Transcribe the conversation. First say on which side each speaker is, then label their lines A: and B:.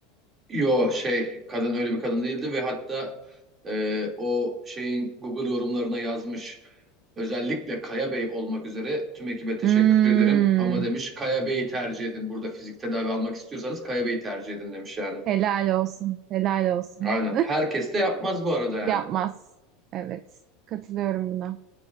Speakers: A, on the right; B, on the right.
A: Yo şey kadın öyle bir kadın değildi ve hatta e, o şeyin Google yorumlarına yazmış özellikle Kaya Bey olmak üzere tüm ekibe teşekkür
B: Hmm.
A: ederim ama demiş Kaya Bey'i tercih edin burada fizik tedavi almak istiyorsanız Kaya Bey'i tercih edin demiş yani.
B: Helal olsun. Helal olsun.
A: Aynen herkes de yapmaz bu
B: <laughs>
A: arada yani.
B: Yapmaz. Evet. Katılıyorum buna.